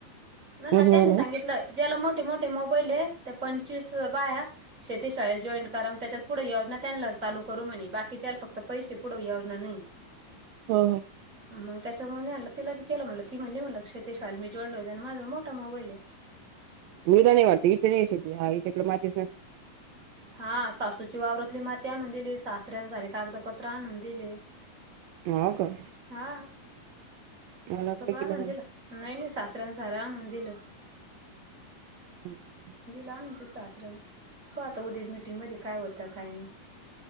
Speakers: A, on the right (about 20°); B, on the right (about 85°).
A: मला
B: मजमला
A: त्यांनी सांगितलं
B: हो
A: ज्याला मोठ मोठे मोठे मोबाईल त्या पंचवीस बाया शेतीशाळेेत जॉईन करा त्याच्यात पुढे योजना त्यांनाच चालू करू म्हणे बाकीच्या फक्त पैसे पुढवजना नाही.
B: ह
A: हम चच्या मनेेला त लभिकल मत त मल्या मक्ष शमी जॉडोज आणि माझा मोठा मोबाईल आहे. <unintelligible>
B: मी तर नाही वाटत इच नाही हा इच्याकड <unintelligible> डे मातीच न
A: हा सासूची वावरातली माती आणून दिली, सासऱ्यांसारे कागदपत्र आणून दिले.
B: हो, का?
A: हा
B: मला वाटलं
A: सगळं
B: की
A: आणून
B: लग्न
A: दिला नाही, नाही. सासऱ्यांन सारा आणून दिलं.
B: हम्.
A: दिला आणून सासर्यान, आता उद्या मिीटिंग मध्ये काय होतं काय नाही.